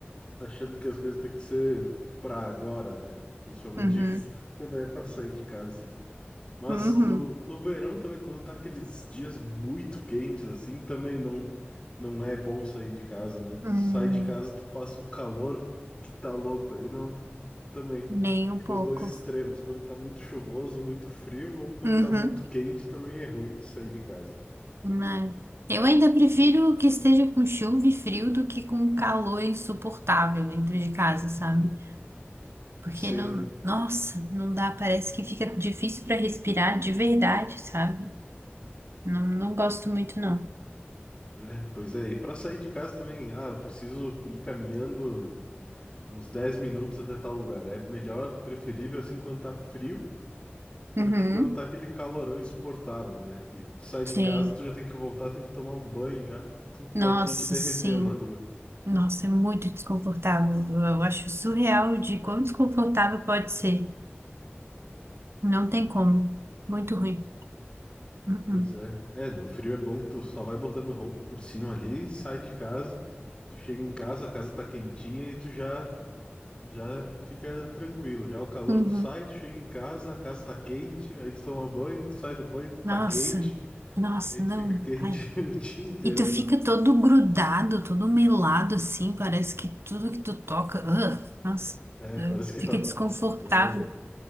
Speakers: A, on the left (about 15°); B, on the right (about 75°).
A: achando que as coisas têm que ser pra agora, né? Principalmente
B: uhum,
A: quando é pra sair de casa, assim. Mas
B: uhum,
A: no, no verão também, quando tá aqueles dias muito quentes, assim, também não, não é bom sair de casa, né? Tu
B: uhum.
A: sai de casa, tu passa um calor que tá louco, aí não... Também,
B: Nem
A: fica
B: um pouco.
A: os dois extremos, quando tá muito chuvoso, muito frio, ou quando
B: Uhum.
A: tá muito quente, também é ruim de sair de casa.
B: né? Eu ainda prefiro que esteja com chuva e frio do que com calor insuportável dentro de casa, sabe? Porque
A: Sim,
B: não, nossa, não dá, parece que fica difícil para respirar de verdade, sabe? Não, não gosto muito, não.
A: é, pois é, e para sair de casa também, ah, eu preciso ir caminhando Uns 10 minutos até tal lugar. É melhor, preferível assim quando tá frio do
B: Uhum.
A: que quando tá aquele calorão insuportável, né? Que tu sai de
B: Sim.
A: casa, tu já tem que voltar, tem que tomar um banho já, porque tu praticamente
B: Nossa,
A: derreteu
B: sim.
A: na rua.
B: Nossa, é muito desconfortável. Eu acho surreal de quão desconfortável pode ser. Não tem como. Muito ruim. Uhum.
A: Pois é. É, no frio é bom que tu só vai botando roupa por cima ali, sai de casa, tu chega em casa, a casa tá quentinha e tu já já fica tranquilo. Já o calor
B: Uhum.
A: tu sai, tu chega em casa, a casa tá quente, aí tu toma banho, tu sai do banho, tu tá
B: Nossa,
A: quente,
B: nossa,
A: aí tu
B: não.
A: fica quente
B: Ai.
A: <laughs> o dia inteiro,
B: E tu fica
A: né?
B: todo grudado, todo melado assim, parece que tudo que tu toca, ugh, nossa,
A: É,
B: eh,
A: parece que
B: fica
A: tá.
B: desconfortável.
A: É,